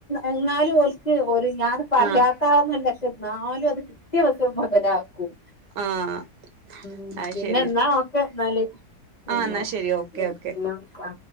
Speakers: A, on the left; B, on the right.
A: എന്നാലും ഓൽക്ക് ഒരു ഞാൻ പറയാത്ത
B: ആഹ്
A: ആളൊന്നും <unintelligible> ന്നാലും അത് കിട്ടിയ അവസരം മൊതലാക്കും
B: ആഹ്
A: ഉം
B: അത്
A: പിന്നെ
B: ശരി.
A: ന്നാ ഓക്കെ ന്നാല് പിന്നെ
B: ആഹ് എന്നാ ശരി ഓക്കെ
A: പിന്നെ
B: ഓക്കെ.
A: വിളിക്കാ